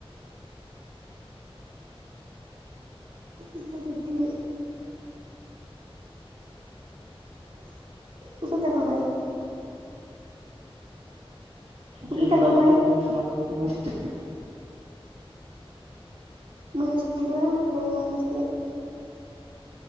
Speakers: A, on the right; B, on the right.
A: <inaudible> ओंखाम जाखांबाय ओंखाम
B: जि
A: जाखांबाय
B: बुरजा गसला लंपेन्ट सुनांगौ <inaudible>
A: <unintelligible>